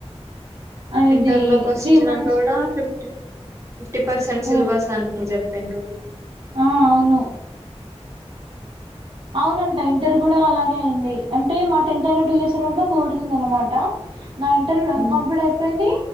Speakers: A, on the right (about 50°); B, on the right (about 25°).
A: ఆ ఇది
B: ఇంటర్ లోకి వచ్చినా
A: త్రీ మంత్స్
B: కూడా ఫిఫ్టీ ఫిఫ్టీ పర్సెంట్
A: ఆ
B: సిలబస్ అని చెప్పిన్రు
A: ఆ అవును అవునంట ఇంటర్ కూడా అలాగే అయింది అంటే మా టెన్త్ అయిన టూ ఇయర్స్ తరువాత కోవిడ్ వచ్చింద అనమాట నా ఇంటర్
B: హ్మ్,
A: కంప్లీట్ అయిపోయింది